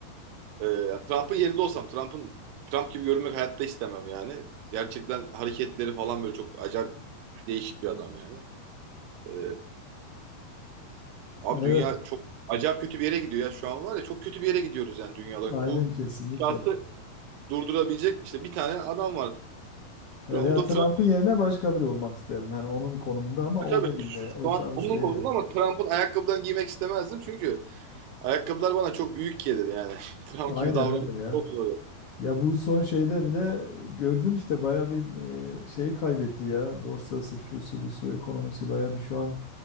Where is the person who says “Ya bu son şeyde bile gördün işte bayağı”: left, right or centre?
Left